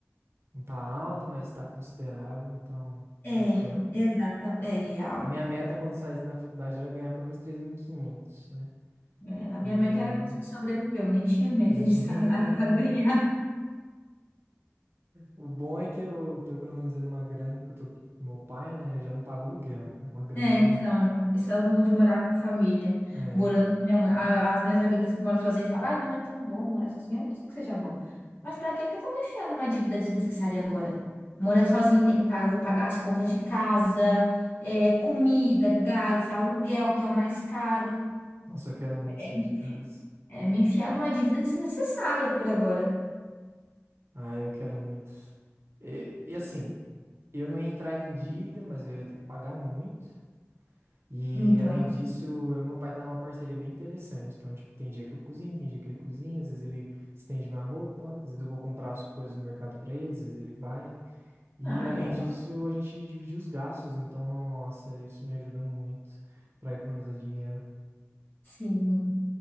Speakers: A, on the right (about 55°); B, on the left (about 45°).
A: Não tá alta, mas tá considerável, então, com o
B: É,
A: tempo.
B: exata, é real.
A: A minha meta quando saísse da faculdade era ganhar pelo menos três mil e quinhentos né?
B: É, a
A: E
B: minha meta era conseguir sobreviver, eu nem tinha meta
A: <laughs>
B: de <laughs> salário pra ganhar.
A: o bom é que eu tô economizando uma grana, porque eu tô com meu pai, né? Eu já não pago aluguel. né? É uma grande.
B: É, então, esse é o bom de morar com a família,
A: É.
B: morando com minha mãe. A- As minhas amigas que moram sozinhas falam, ai, não é tão bom morar sozinha, mesmo que seja bom. Mas pra que que eu vou me enfiar numa dívida desnecessária agora? Morar sozinho tem que pagar, eu vou pagar as contas de casa, é, comida, gás, aluguel, que é o mais caro.
A: Nossa, eu quero muito
B: É,
A: sair de casa.
B: é me enfiar numa dívida desnecessária por agora.
A: Ah, eu quero muito. E, e assim, Eu não ia entrar em dívida, mas eu ia ter que pagar muito. E
B: Então,
A: além disso, eu e meu pai tá numa parceria bem interessante. Então, tipo, tem dia que eu cozinho, tem dia que ele cozinha, às vezes ele estende minha roupa, às vezes eu vou comprar as coisas no mercado pra ele, às vezes ele vai. E
B: ai,
A: além
B: é
A: disso, a gente divide os gastos, então, nossa, isso me ajuda muito pra economizar dinheiro.
B: sim.